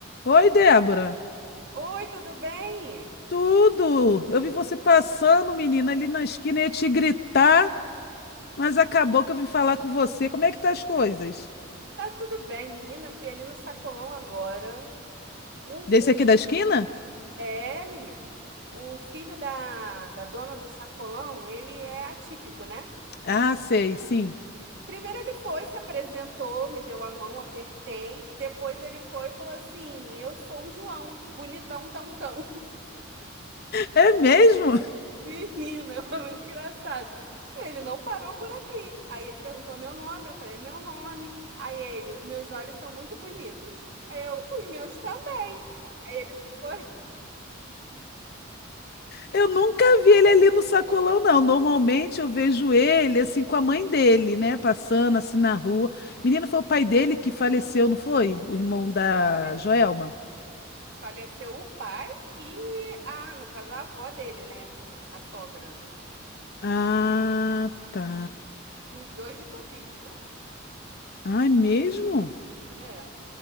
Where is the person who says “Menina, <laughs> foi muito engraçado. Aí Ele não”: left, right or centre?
Right